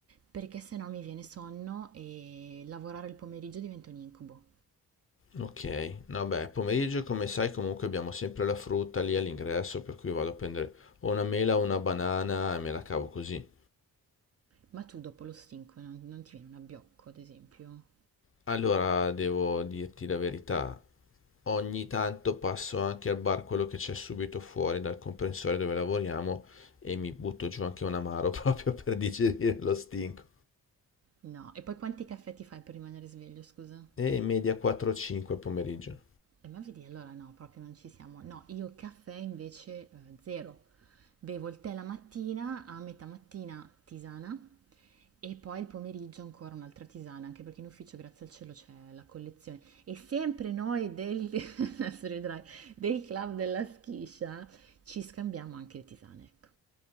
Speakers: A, on the right; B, on the left.
A: perché sennò mi viene sonno e lavorare il pomeriggio diventa un incubo.
B: Ok, vabbè, pomeriggio come sai comunque abbiamo sempre la frutta lì all'ingresso, per cui vado a prendere o una mela o una banana e me la cavo così.
A: Ma tu dopo lo stinco non, non ti viene un abbiocco, ad esempio?
B: Allora, devo dirti la verità, ogni tanto passo anche al bar quello che c'è subito fuori dal comprensorio dove lavoriamo e mi butto giù anche un amaro <laughs> proprio per digerire lo stinco.
A: No. E poi quanti caffè ti fai per rimanere sveglio, scusa?
B: E in media 4-5 al pomeriggio.
A: Eh, ma vedi, allora no, proprio non ci siamo. No, io caffè invece eh, zero. Bevo il tè la mattina, a metà mattina tisana e poi il pomeriggio ancora un'altra tisana, anche perché in ufficio, grazie al cielo, c'è la collezione. E sempre noi del, <laughs> adesso riderai, del club della schiscia ci scambiamo anche le tisane, ecco.